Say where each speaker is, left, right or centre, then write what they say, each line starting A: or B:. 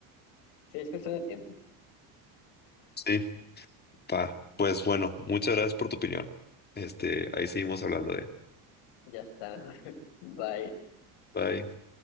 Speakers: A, on the left; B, on the left.
A: Sí, es cuestión de tiempo.
B: sí, pa. Pues bueno, muchas gracias por tu opinión. Este, ahí seguimos hablando de.
A: Ya está. <laughs> Bye.
B: Bye.